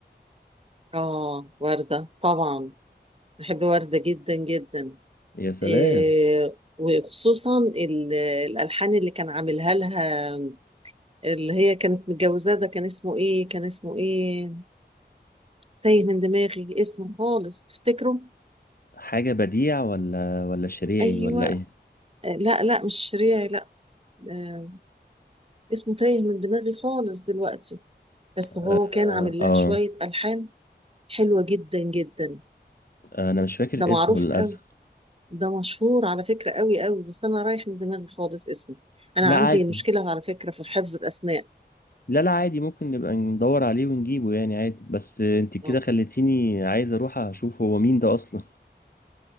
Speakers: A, on the right; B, on the left.
A: اه وردة طبعا بحب وردة جدا جدا
B: يا سلام
A: آه، وخصوصا ال- الألحان اللي كان عاملها لها اللي هي كانت متجوزاه ده كان اسمه ايه كان اسمه ايه تايه من دماغي اسمه خالص تفتكره
B: حاجة بديع ولا ولا شريعي
A: ايوه
B: ولا ايه
A: آه، لا لا مش شريعي لا آه، اسمه تايه من دماغي خالص دلوقتي بس
B: آه,
A: هو كان عامل
B: اه
A: لها شوية ألحان حلوة جدا جدا
B: انا مش فاكر
A: ده معروف
B: اسمه للأسف
A: قوي ده مشهور على فكرة قوي قوي بس أنا رايح من دماغي خالص اسمه أنا
B: لا
A: عندي
B: عادي
A: مشكلة على فكرة في حفظ الأسماء
B: لا لا عادي ممكن نبقى ندور عليه ونجيبه يعني عادي بس انت كده
A: آه.
B: خليتيني عايز اروح اشوف هو مين ده اصلا